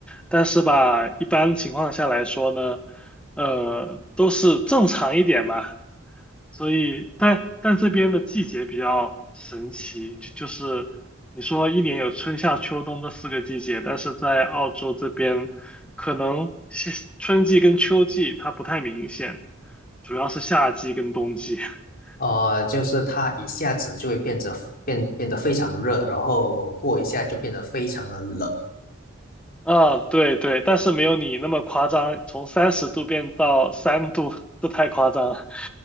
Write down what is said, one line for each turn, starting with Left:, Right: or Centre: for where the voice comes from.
Centre: 但是吧，一般情况下来说呢，呃，都是正常一点吧。所以，但但这边的季节比较神奇，就就是你说一年有春夏秋冬这四个季节，但是在澳洲这边，可能夏春季跟秋季它不太明显，主要是夏季跟冬季。<laughs>
Left: 啊，就是它一下子就会变得变变得非常热，然后过一下就变得非常的冷，
Centre: 啊，对对，但是没有你那么夸张，从三十度变到三度，这太夸张了。